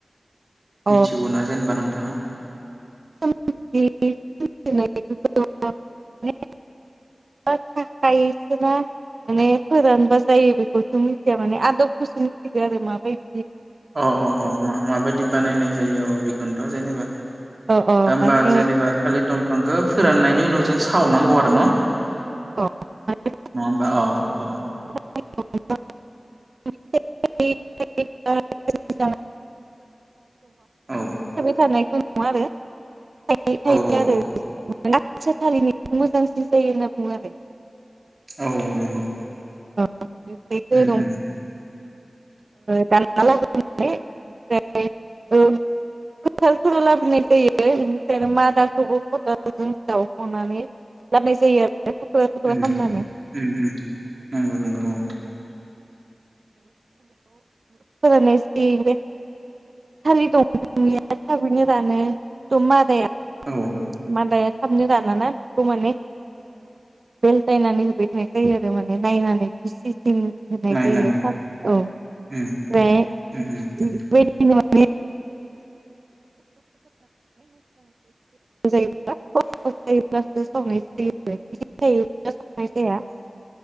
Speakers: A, on the right (about 65°); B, on the right (about 50°).
A: औ
B: मिथिगौनाा जेनेबा नों थाङा।
A: थाखायसोोना माने फोरानबा जायो बेखौसो मिथिया माने आदबखौसो मिथिगौ आरो माबायदि ।
B: अ औ औ माहा माबायदि बानायनाय जायो अ बि जथ जेनेबा?
A: अ अ
B: दा होमबा
A: माने
B: जेनेबा थालिर दं आखो फोराननायनि उनाव जों सावनांगौ आरो न?
A: अ माने
B: नङा होमबा औ औ ।
A: <unintelligible> <unintelligible> <unintelligible>
B: औ
A: थानायखौ माबे? थायै थायो
B: औ
A: आरो
B: औ
A: <unintelligible> मोजांसिन जायो होनना बुङो आरो ।
B: औ औ नंगौ।
A: ओ ।
B: उम उम
A: दाना लाबो लानिफ्राय <unintelligible> ए औ । खालखौ लाबोनाय जायो बेनिफ्रायनो मादाखौबो खदालजों जावखनानै लाबोनाय जायो आरो। थुक्रा थुख्रा
B: उम
A: खालामनानै
B: उम उम नंगौ नंगौ
A: फोरनायसै बे थाल दं ननिया थाबैनो रानो एकदम मादाया
B: औ
A: मादाया थाबनो रानाना बेखौ माने बेलथायायनानै होबाय थानाय जायो आरो माने नायनानै बिसि सिं होननाय
B: नायनानै
A: जायो स औ ओमफ्राय
B: उम उम
A: बेबायदि
B: उम
A: माने <unintelligible> जायो जायोब्लासो सावनाय जायो आरो। <unintelligible>